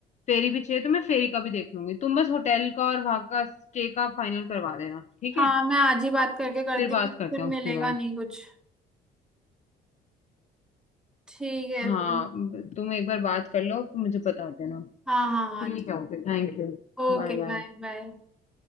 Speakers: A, on the left; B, in the centre.
A: फेरी भी चाहिए तो मैं फेरी का भी देख लूंगी तुम बस होटल का और वहां का स्टे का फाइनल करवा देना ठीक
B: हाँ
A: है
B: मैं आज ही बात करके करती
A: फिर बात
B: हूँ
A: करते
B: फिर
A: हैं
B: मिलेगा
A: उसके बाद
B: नहीं कुछ ठीक है
A: हाँ
B: फिर
A: तुम एक बार बात कर लो फिर मुझे बता देना
B: हाँ हाँ हाँ
A: ठीक है okay thank you
B: Okay
A: Bye bye
B: bye bye